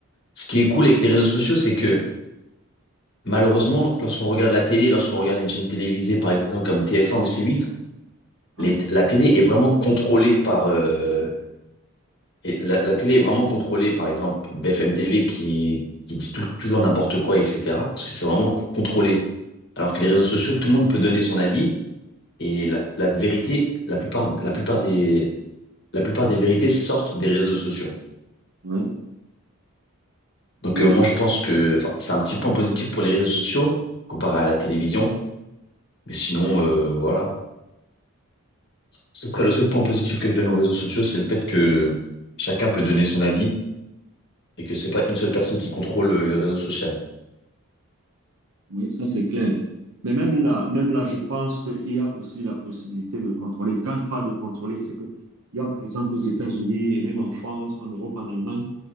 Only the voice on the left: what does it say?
ce qui est cool avec les réseaux sociaux, c'est que malheureusement, lorsqu'on regarde la télé, lorsqu'on regarde une chaîne télévisée, par exemple comme TF1 ou C8,
les- la télé est vraiment contrôlée par, euh, Et la, la télé est vraiment contrôlée, par exemple, BFM TV qui, qui dit tout- toujours n'importe quoi, etc. Parce que c'est vraiment contrôlé. Alors que les réseaux sociaux, tout le monde peut donner son avis et la, la vérité, la plupart, la plupart des, la plupart des vérités sortent des réseaux sociaux.
Donc
euh, moi, je pense que, enfin, c'est un petit point positif pour les réseaux sociaux comparé à la télévision. Mais sinon, euh, voilà. Ce serait le seul point positif que je donne aux réseaux sociaux, c'est le fait que chacun peut donner son avis et que c'est pas une seule personne qui contrôle euh, le réseau social.